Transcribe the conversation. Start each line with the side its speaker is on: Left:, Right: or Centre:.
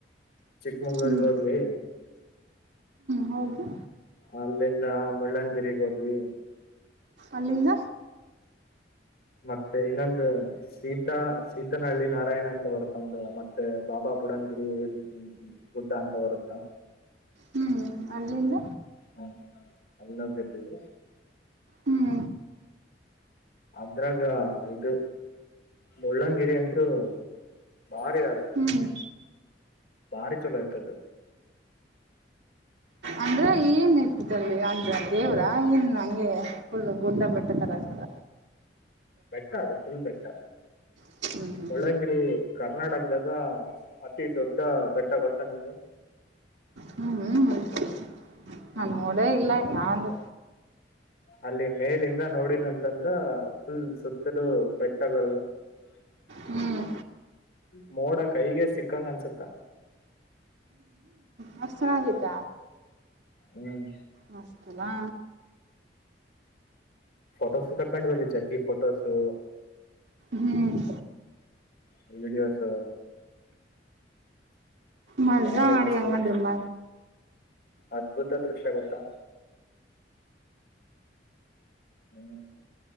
Left: ಚಿಕ್ಕಮಂಗ್ಳೂರ್ಗ್
Right: ಹ್ಮ್
Left: ಹೋದ್ವಿ
Right: ಹೌದುಾ
Left: ಅಲ್ಲಿಂದ ಮುಳ್ಳನಗಿಗ್ ಹೋದ್ವಿ
Right: ಅಲ್ಲಿಂದ
Left: ಮತ್ತೆ ಇನ್ನೊಂದು ಸೀತಾ ಸೀತನಹಳ್ಳಿ ನಾರಾಯಣ ಅಂತ ಬರುತ್ತಂದ ಮತ್ತೆ ಬಾಬಾ ಬುಡನ್ ಬಿರಿ ಗುಡ್ಡ ಅಂತ ಬರುತ್ತಾ
Right: ಹ್ಮ್ ಅಲ್ಲಿಂದ
Left: ಹ್ಮ ಅಲ್ಲಹೋಗಿದ್ವಿ
Right: ಹ್ಮ್
Left: ಅದ್ರಾಗ ಇಐದು ಮುಳ್ಳಂಗಿರಿ ಅಂಂತರು ಬಾರಿ ಯಾರು
Right: ಹ್ಮ್
Left: ಭಾರಿ ಚಲೋ ಆಯ್ತದೆ
Right: ಅಂದ್ರ ಏನ್ ಇರ್ತಿತ್ತಲ್ವಿ ಅಂದ್ರ ದೇವ್ರ ಏನ್ ನಂಗೆ ಫುಲ್ ಗುಡ ಬೆಟ್ಟ ತರಸದ
Left: ಬೆಟ್ಟ ಅದ ಫುಲ್ ಬೆಟ್ಟ
Right: ಹ್ಮ್ ಹ್ಮ್ ಹ್ಮ್
Left: ಬಳ್ಳಂಗಿರಿ ಕರ್ನಾಟಕದ ಅತಿ ದೊಡ್ಡ ಬೆಟ್ಟ ಗೋತ ನಿಮಗೆ
Right: ಹ್ಮ್ ಹ್ಮ್ ಹ್ಮ್ ಹ್ಮ್
Left: ಹ್ಮ್
Right: ನಾ ನೋಡೇ ಇಲ್ಲ ಯಾ್ದು
Left: ಅಲ್ಲಿ ಮೇಲಿಂದ ನೋಡಿದಂತಂದ ಫುಲ್ ಸುತ್ತಲೂ ಬೆಟ್ಟಗಳು <inaudible>
Right: ಹ್ಮ್
Left: ಮೋಡ ಕೈಗೆ ಸಿಕ್ಕಂಗ ಅನ್ಸತ್ತ
Right: ಮಸ್ತ ನ ಗೀತ
Left: ಹ್ಮ್
Right: ಮಸ್ತನಾಾ
Left: ಫೋಟೋಸು ತಕೊಂಡ ಬಲ್ಲಿ ಜಗ್ಗಿ ಫೋಟೋಸು
Right: ಹ್ಮ್
Left: ವಿೀಡಿಯೋಸು
Right: ಮಜಾ
Left: ಭಾರಿ
Right: ಮಾಡಿ
Left: ಮಸ್ತ
Right: ಹಂಗಂದ್ರ
Left: ದೃಶ್ಯ
Right: ಮ
Left: ಅದ್ಭುತ ದೃಶ ಗೊತ್ತಾ ಹ್ಮ್